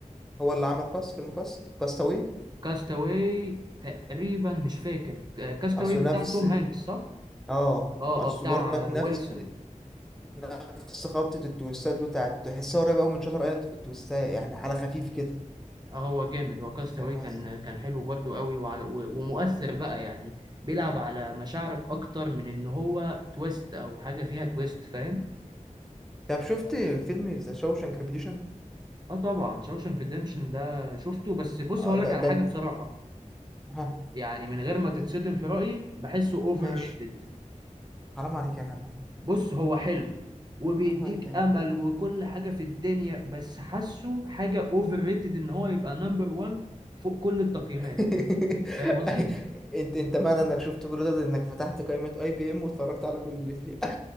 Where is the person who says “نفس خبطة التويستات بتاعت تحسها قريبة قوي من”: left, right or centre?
Centre